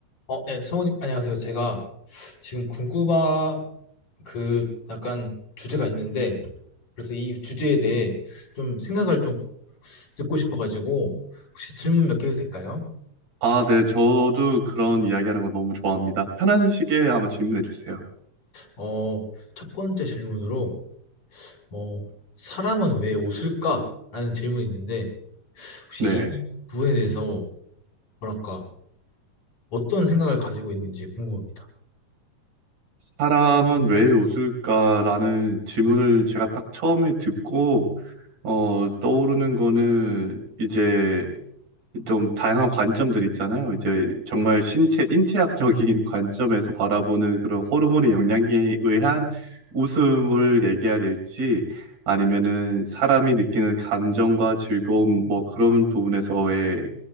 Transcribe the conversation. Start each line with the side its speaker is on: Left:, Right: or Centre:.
Left: 어, 네, 성우님, 안녕하세요. 제가 지금 궁금한 그 약간 주제가 있는데, 그래서 이 주제에 대해 좀 생각을 좀 듣고 싶어가지고, 혹시 질문 몇 개 해도 될까요?
Right: 아, 네. 저도 그런 이야기하는 거 너무 좋아합니다. 편한 시기에 한번 질문해 주세요.
Left: 어, 첫 번째 질문으로, 어, 사람은 왜 웃을까? 라는 질문이 있는데, 혹시
Right: 네.
Left: 이 부분에 대해서 뭐랄까, 어떤 생각을 가지고 있는지 궁금합니다.
Right: 사람은 왜 웃을까라는 질문을 제가 딱 처음에 듣고, 어, 떠오르는 거는 이제 좀 다양한 관점들 있잖아요. 이제 정말 신체, 인체학적인 <laughs> 관점에서 바라보는 그런 호르몬의 영향에 의한 웃음을 얘기해야 될지, 아니면은 사람이 느끼는 감정과 즐거움, 뭐 그런 부분에서의